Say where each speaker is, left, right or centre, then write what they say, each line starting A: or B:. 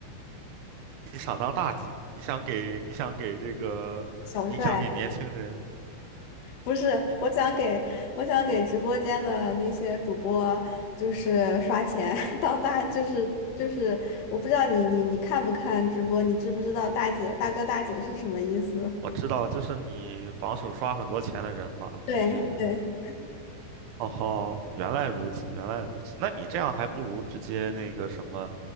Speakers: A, on the right; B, on the left.
A: 你想当大 G，你想给你想给这个，
B: 小帅。
A: 你想给年轻人，
B: 不是，
A: 你
B: 我想给我想给直播间的那些主播，就是刷钱 <laughs> 当大，就是就是，我不知道你你你看不看直播，你知不知道大姐大哥大姐是什么意思？
A: 嗯哼，我知道，就是你榜首刷很多钱的人嘛，
B: 对对，
A: 就是这个哦吼，原来如此，原来如此。那你这样还不如直接那个什么，